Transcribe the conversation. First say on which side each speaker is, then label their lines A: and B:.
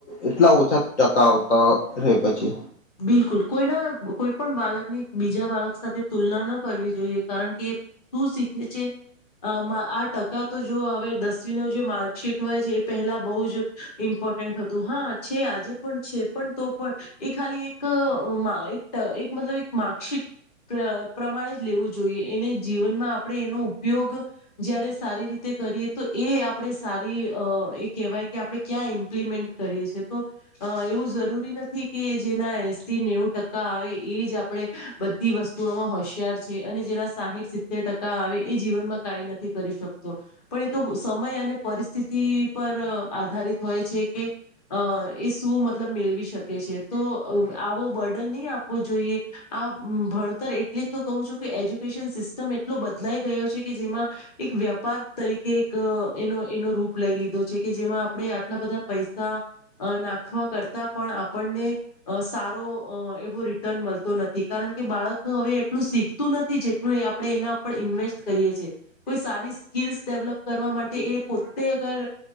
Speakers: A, on the left; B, on the left.
A: એટલા ઓછા ટકા આવતા રે પછી
B: બિલકુલ. કોઈના કોઈ પણ બાળકની બીજા બાળક સાથે તુલના ન કરવી જોઈએ કારણ કે શું શીખે છે? અ આમા આ ટકા તો જો હવે દસમીનું જે માર્કશીટ હોય છે, એ પહેલા બો જ ઇમ્પોર્ટન્ટ હતું. હા, છે આજે પણ છે પણ તો પણ એક ખાલી એક, એક એક મતલબ એક માર્કશીટ પ્ર પ્રમાણે જ લેવું જોઈએ. એને જીવનમાં આપણે એનો ઉપયોગ જયારે સારી રીતે કરીએ, તો એ આપણે સારી અ એ કહેવાય કે આપણે ક્યાં ઇમ્પ્લિમેન્ટ કરીએ છીએ, તો અ એવું જરૂરી નથી. કે જેના એસી, નેવું ટકા આવે એ જ આપણે બધી વસ્તુઓમાં હોશિયાર છે અને જેના સાહીઠ સિત્તેર ટકા આવે. એ જીવનમાં કાઈ નથી કરી શકતો. પણ એ તો સમય અને પરિસ્થિતિ પર આધારિત હોય છે કે અ એ શું મતલબ મેળવી શકે છે. તો અ આવો બર્ડન નય આપવો જોઈએ. આ ભણતર એટલે જ તો કહુ છું, કે એજ્યુકેશન સિસ્ટમ એટલો બદલાઈ ગયો છે કે જેમાં એક વ્યાપાર તરીકે ક એનો એનો એનો રૂપ લઈ લીધો છે કે જેમાં- આપણે આટલા બધા પૈસા અ નાખવા કરતા પણ આપણને અ સારો અ એવો રિટર્ન મળતો નથી કારણ કે બાળક હવે, એટલું શીખતું નથી જેટલું એ આપ આપણે એના પર ઇન્વેસ્ટ કરીએ છીએ. કોઈ સારી સ્કીલ્સ ડેવલપ કરવા માટે એ પોતે અગર